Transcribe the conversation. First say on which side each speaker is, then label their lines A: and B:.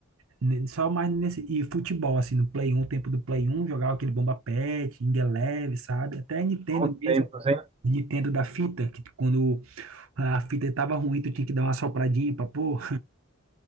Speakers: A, on the right; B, on the right.
A: ne- só mais nesse e futebol assim no Play um tempo do Play um jogava aquele Bomba pet Ing Eleven, sabe? Até Nintendo
B: bons
A: mesmo.
B: tempos, hein?
A: Nintendo da fita, que quando a fita estava ruim, tu tinha que dar uma sopradinha pra pôr.